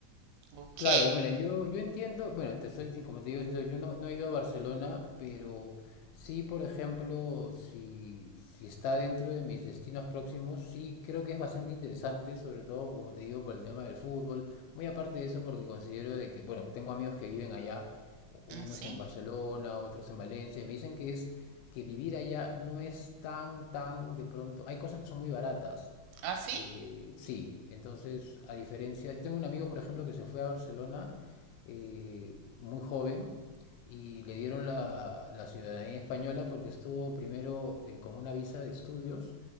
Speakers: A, on the right (about 80°); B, on the left (about 80°).
A: Ok,
B: Claro, y bueno, yo, yo entiendo, bueno, te soy, sin- como te digo, sincero, yo no, no he ido a Barcelona, pero sí, por ejemplo, si, si está dentro de mis destinos próximos, sí creo que es bastante interesante, sobre todo, como te digo, por el tema del fútbol. Muy aparte de eso, porque considero de que, bueno, tengo amigos que viven allá, unos
A: Mm, sí,
B: en Barcelona, otros en Valencia, y me dicen que es que vivir allá no es tan, tan de pronto, hay cosas que son muy baratas.
A: así.
B: Eh, sí, entonces, a diferencia, yo tengo un amigo, por ejemplo, que se fue a Barcelona eh, muy joven y le dieron la, la ciudadanía española porque estuvo primero eh, con una visa de estudios